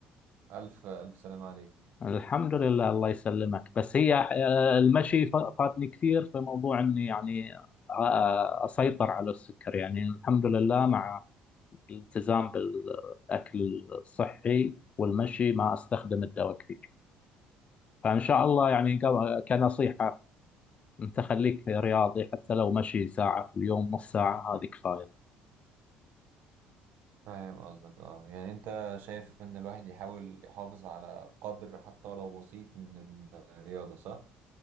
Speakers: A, on the right (about 70°); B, on the left (about 40°).
A: ألف ألف سلام عليك
B: الحمد لله الله يسلمك بس هي آه، المشي ف- فاتني كثير في موضوع اني يعني آه، اسيطر على السكر يعني الحمد لله مع الالتزام بالاكل الصحي والمشي ما استخدم الدواء كثير فان شاء الله يعني قبل- كنصيحة انت خليك رياضي حتى لو مشي ساعة في اليوم نص ساعة هذه كفاية
A: فاهم قصدك اه يعني أنت شايف إن الواحد يحاول يحافظ على قدر حتى ولو بسيط من الرياضة صح؟